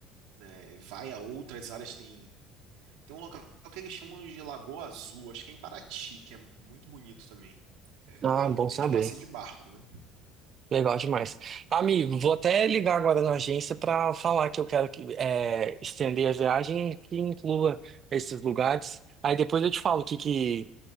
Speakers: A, on the right (about 85°); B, on the right (about 45°).
A: né, vai a outras áreas, tem tem um local que eles chamam de Lagoa Azul, acho que é em Paraty, que é muito bonito também.
B: Ah, bom
A: É
B: saber.
A: de passeio de barco, né?
B: Legal demais. Amigo, vou até ligar agora na agência para falar que eu quero que, é, estender a viagem que inclua esses lugares. Aí depois eu te falo o que, que,